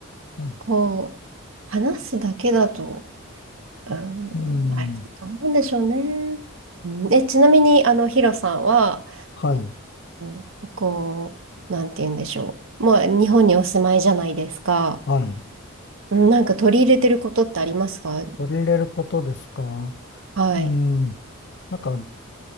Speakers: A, on the left; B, on the right.
A: え。う
B: こう、話すだけだと、うん、
A: ん。うん
B: あれ、どうなんでしょうね。うんえ、ちなみに、あの、ヒロさんは、
A: はい。
B: うんこう、なんて言うんでしょう。まあ、日本にお住まいじゃないですか。
A: はい。
B: うんなんか取り入れてることってありますか
A: 取り入れることですか
B: はい。
A: うん。なんか、